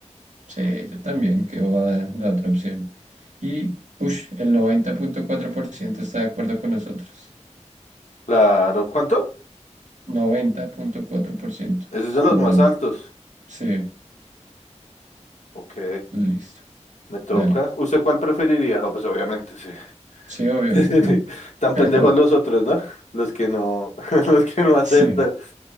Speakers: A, on the right; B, on the left.
A: Sí, yo también, que va la otra opción. Y, push, el noventa punto cuatro por ciento está de acuerdo con nosotros.
B: Claro. ¿Cuánto?
A: Noventa punto cuatro por ciento
B: Ese
A: Estuvo
B: es de los más
A: alto.
B: altos.
A: Sí,
B: Ok,
A: listo.
B: me toca.
A: Dale.
B: ¿Usted cuál preferiría? No, pues obviamente sí.
A: Sí, obvio.
B: <laughs>
A: Mm.
B: Tan
A: <laughs>
B: pendejos los otros, ¿no? Los que no, <laughs> los que no aceptan.
A: Sí.